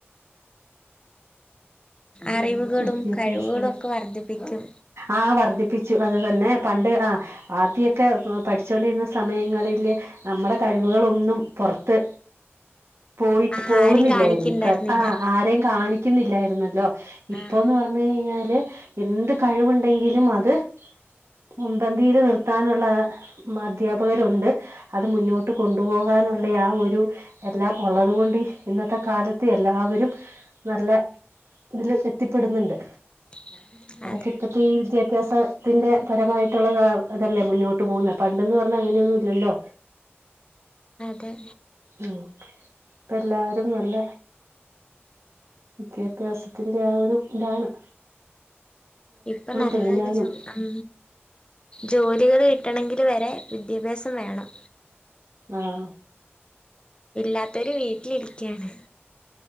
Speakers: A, on the left; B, on the right.
A: അറിവുകളും
B: വിദ്യാഭ്യാസം.
A: കഴിവുകളും ഒക്കെ വർദ്ധിപ്പിക്കും
B: ആ, വർധിപ്പ പ്പിച്ചു. അത് തന്നെ, പണ്ട് ആഹ്, ആദ്യക്കെ പഠിച്ചുകൊണ്ടിരുന്ന സമയങ്ങളില്, നമ്മുടെ കഴിവുകളൊ ന്നും പൊർത്ത്. പോയിട്ട്
A: ആ
B: പോകുന്നില്ലായിരുന്നു.
A: ആരും കാണിക്കണ്ടായിരുന്നില്ല
B: ആഹ്, ആരെയും കാണിക്കുന്നില്ലായിരുന്നല്ലോ? ഇപ്പോന്ന്
A: ആഹ്
B: പറഞ്ഞ് കഴിഞ്ഞാല്, എന്ത് കഴിവുണ്ടെങ്കിലും അത്. മുൻപന്തിയില് നിർത്താനുള്ള അധ്യാപകരുണ്ട്. അത്, മുന്നോട്ട് കൊണ്ടുപോകാനുള്ളെ ആഹ്, ഒരു. എല്ലാം, ഉള്ളത് കൊണ്ട് ഇന്നത്തെ കാലത്ത് എല്ലാവരും നല്ല തില്... എത്തിപ്പെടുന്നുണ്ട്.
A: <inaudible>
B: <unintelligible> ഇപ്പത്തെ ഈ വിദ്യാഭ്യാ സത്തിന്റെ പരമായിട്ടുള്ള അതല്ലേ മുന്നോട്ട് പോകുന്ന. പണ്ട് ന്ന് പറഞ്ഞാ അങ്ങനെന്നും ഇല്ലല്ലോ?
A: അതെ.
B: ഇപ്പ, എല്ലാരും നല്ല വിദ്യാഭ്യാസത്തിന്. ആഹ്, ഒരു താണ്.
A: ഇപ്പം, നല്ല,
B: തെളിയാനും
A: നല്ല, ജോ അം. ജോലികള് കിട്ടണങ്കിൽ വരെ വിദ്യാഭ്യാസം വേണം.
B: ആഹ്.
A: ഇല്ലാത്തവര് വീട്ടിലിരിക്യാണ്.